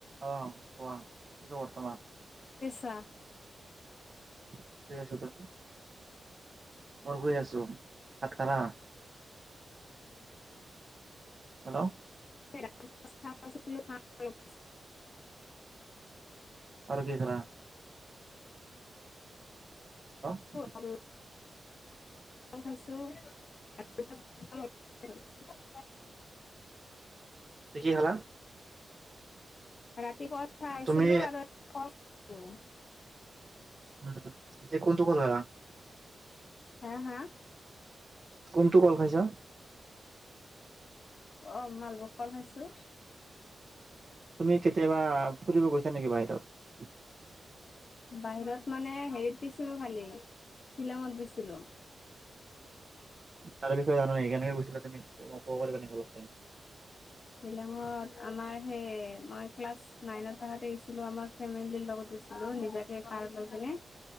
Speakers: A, on the right (about 40°); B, on the left (about 55°).
A: অ কোৱা কি ক বৰ্তমান
B: ছা
A: <inaudible> মই শুই আছো। ভাত খালা? হেল্ল'
B: <unintelligible>
A: আৰু কি খালা? হেল্ল'
B: আৰু খাইছো <unintelligible> <unintelligible>
A: ত কি খালা?
B: ৰাতিপুৱা উ খাই
A: তুমি
B: আছিলো আৰু
A: উম এতিয়া কোনটো <unintelligible>
B: হা হা?
A: কোনটো কল খাইছা?
B: অ মালভুক কল খাইছো।
A: তুমি কেতিয়াবা ফুৰিব গৈছা নেকি বাহিৰত?
B: বাহিৰত মানে হেৰিত গিছিলো খালি শ্বিলঙত গিছিলো।
A: তাৰ বিষয়ে জানে স কেনেকে গৈছিলা তুমি? <unintelligible>
B: শিলঙত আমাৰ সেই মই ক্লাছ নাইনত থকাতে আহছিলো আমাৰ ফেমিলিৰ লগত গৈছিলো। নিজকে কাৰত লৈ কেনে